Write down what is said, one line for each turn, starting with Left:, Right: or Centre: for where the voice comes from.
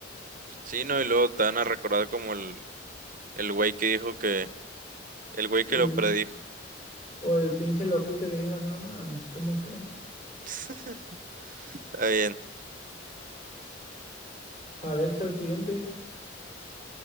Right: Sí, no, y luego te van a recordar como el, El güey que dijo que... El güey
Left: El-
Right: que lo predijo.
Left: o el pinche loquito que dijo, no mames, ¿cómo crees?
Right: <laughs> Está bien.
Left: A ver, echa el siguiente.